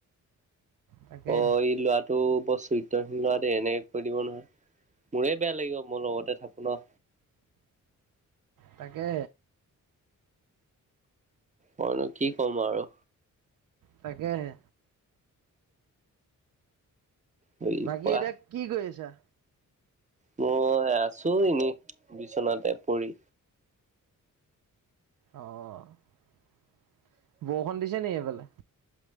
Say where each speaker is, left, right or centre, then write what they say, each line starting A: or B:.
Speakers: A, on the right; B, on the right.
A: তাকে
B: প এই লৰাটো চৰিত্ৰহীন লৰা দেই এনেকে কৈ দিব নহয় মোৰে বেয়া লাগিব মোৰ লগতে থাকো ন।
A: তাকে
B: মইনো কি ক'ম আৰু।
A: তাকেহে
B: বুলি
A: বাকী
B: কোৱা
A: এতিয়া কি কৰি আছা?
B: মই আছো এনেই বিচনাতে পৰি।
A: আহ বৰখুন দিছে নি এইফালে